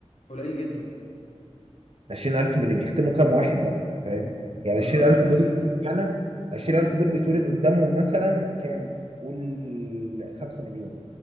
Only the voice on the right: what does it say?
20000 من اللي بيختموا كام واحد بقى فاهم يعني
20000
دول
سنه 20000
دول بيتولد قدامهم مثلا كام قول 5 مليون